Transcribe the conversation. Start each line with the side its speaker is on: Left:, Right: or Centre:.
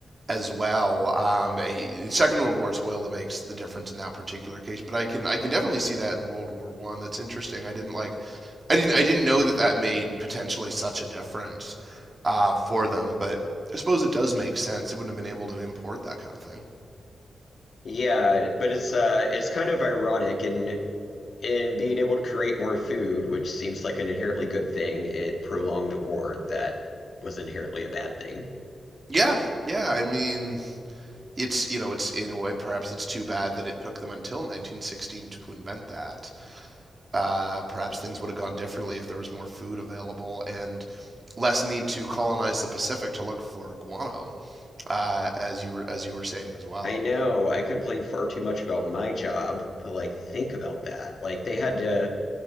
Right: as well. Um, a, Second World War is oil that makes the difference in that particular case, but I can I can definitely see that in World War One. That's interesting. I didn't like, I didn't I didn't know that that made potentially such a difference uh, for them, but I suppose it does make sense. They wouldn't have been able to import that kind of thing.
Left: Yeah, but it's uh it's kind of ironic in in being able to create more food, which seems like an inherently good thing, it prolonged a war that was inherently a bad thing.
Right: Yeah, yeah. I mean, it's you know, it's in a way perhaps it's too bad that it took them until 1916 to invent that. uh, perhaps things would have gone differently if there was more food available and less need to colonize the Pacific to look for guano, uh, as you were as you were saying as well.
Left: I know I complain far too much about my job, but like think about that. Like they had to